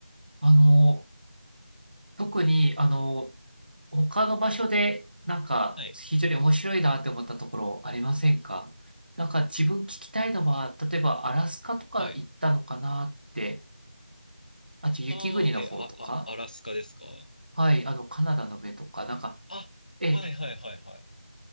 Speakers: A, on the right; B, on the left.
A: あの、特に、あの、他の場所で、なんか、
B: はい。
A: 非常に面白いなって思ったところありませんかなんか、自分聞きたいのは、例えば、アラスカとか行ったのかなって、
B: はい。
A: あと、雪国の方とか、
B: あーえ、あ、あ、アラスカですか
A: はい、あの、カナダの上とか、なんか、
B: あ、
A: ええ、
B: はいはいはいはい。